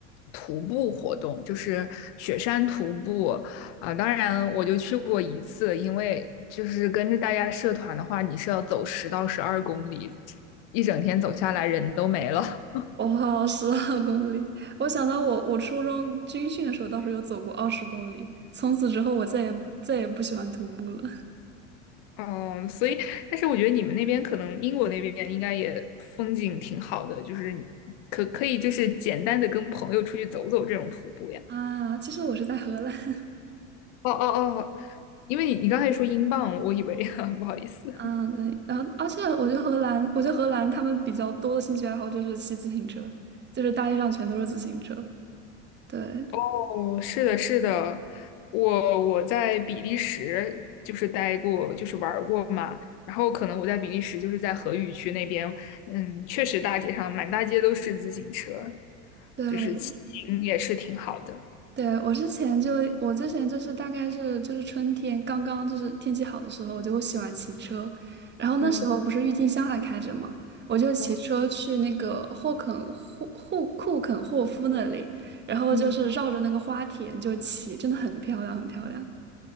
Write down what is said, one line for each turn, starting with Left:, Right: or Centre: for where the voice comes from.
Left: 徒步活动，就是雪山徒步啊。当然，我就去过一次，因为就是跟着大家社团的话，你是要走十到十二公里，一整天走下来人都没了。
Right: 我跑了十二公里，我想到我我初中军训的时候倒是有走过二十公里，从此之后我再也再也不喜欢徒步了。
Left: 哦，所以，但是我觉得你们那边可能英国那边应该也风景挺好的，就是你可可以就是简单的跟朋友出去走走这种徒步呀。
Right: <laughs> 啊，其实我是在荷兰。<laughs>
Left: 哦哦哦，因为你你刚才说英镑，我以为 <laughs> 不好意思。
Right: 啊，对，然后而且我觉得荷兰，我觉得荷兰他们比较多的兴趣爱好就是骑自行车，就是大街上全都是自行车。对
Left: 哦，是的，是的，我我在比利时就是待过，就是玩儿过嘛。然后可能我在比利时就是在荷语区那边，嗯，确实大街上满大街都是自行车，
Right: 对，
Left: 就是骑行也是挺好的。
Right: 对，我之前就，我之前就是大概是就是春天刚刚就是天气好的时候，我就会喜欢骑车，然后那时候不是郁金香还开着嘛，
Left: 嗯
Right: 我就骑车去那个霍肯霍霍库肯霍夫那里，
Left: 哇
Right: 然后就是绕着那个花田就骑，
Left: 嗯。
Right: 真的很漂亮，很漂亮。